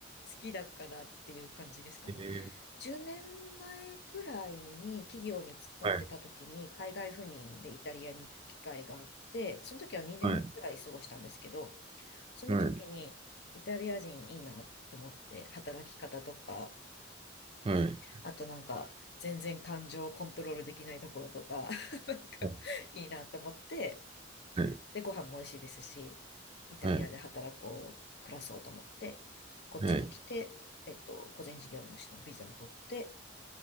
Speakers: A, on the left; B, on the right.
A: きだからっていう感じですかね。
B: えー、
A: 10年前くらいに企業に勤めてた時に海外赴任でイタリアに行く機会があって、
B: はい、
A: その時は2年くらい過ごしたんですけど、
B: はい、
A: その時にイタリア人いいなって思って働き方とか、
B: はい、はい、
A: あとなんか全然感情をコントロールできないところとか、<laughs> なんかいいなって思って、
B: はい、はい、
A: で、ご飯も美味しいですし、イタリアで働こう、
B: はい
A: 暮らそうと思って、こっちに来て、
B: はい
A: えっと、個人事業主のビザを取って